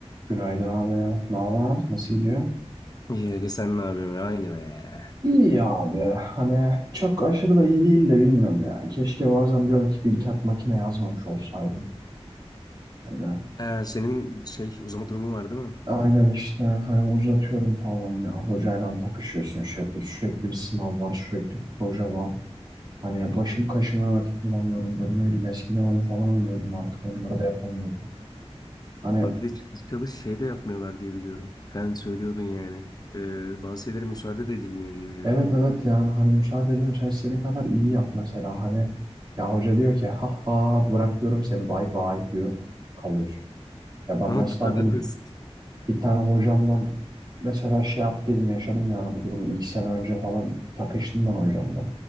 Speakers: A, on the right; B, on the left.
A: Günaydın abi. Ne haber? Nasıl gidiyor?
B: Yenge sen ne yapıyorsun ya? Aynı be.
A: İyi abi. Hani çok aşırı da iyi değil de bilmiyorum ya. Keşke bazen diyorum ki bir iki makine yazmamış olsaydım. Hani
B: Ha, senin şey uzama durumu var değil mi?
A: aynen işte hani uzatıyorum falan ya. Hocayla takışıyorsun şey yapıyorsun. Sürekli bir sınav var. Sürekli bir proje var. Hani
B: Hı
A: başım
B: hı.
A: kaşıma vakit bulamıyorum. Böyle ne bileyim eskiden oyun falan oynuyordum artık onları da yapamıyorum. Hani
B: Abi bir de çalış çalış şey de yapmıyorlar diye biliyorum. Sen söylüyordun yani. Ee, bazı şeylere müsaade de edilmiyor diye biliyorum.
A: Evet evet yani hani müsaade edin sen istediğin kadar iyi yap mesela hani ya hoca diyor ki ha ha bırakıyorum seni bay bay diyor kalıyorsun. Ya ben
B: <laughs> Ama
A: mesela
B: bu kadar
A: bunu
B: basit.
A: bir tane hocamla mesela şey yaptıydım yaşadım yani bu durumu iki sene önce falan takıştım ben hocamla.